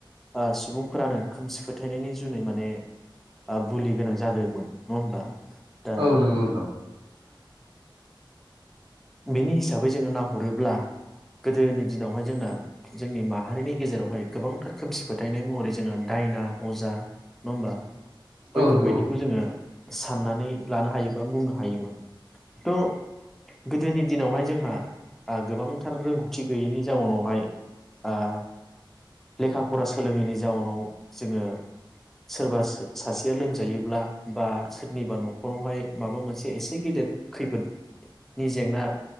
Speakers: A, in the centre; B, on the right (about 80°).
A: ओ-सुबुंफोरानो खोमसि फोथायनायनि जुनै माने ओ-बुलि गोनां जादोंमोन नङा होमबा? दा
B: औ नंगौ नोंथां।
A: बेनि हिसाबै जोङो नाहरोब्ला गोदोनि दिनावहाय जोंना जोंनि माहारिनि गेजेरावहाय गोबांथार खोमसि फोथायनाय महरै जोङो दायना अजा नङा होमबा? बैफोरबायदिखौ
B: औ नंगौ
A: जोङो साननानै लानो हायो। बा बुंनो हायोमोन थ। गोदोनि दिनावहाय आ- जोंहा गोबांथार रोंगौथि गैयैनि जाउनावहाय आह आ- लेखा फरा सोलोङैनि जाउनाव जोङो सोरबा सासेया लोमजायोब्ला बा सोरनिबा नखरावहाय माबा मोनसे एसे गेदेर खैफोद। नि जेंना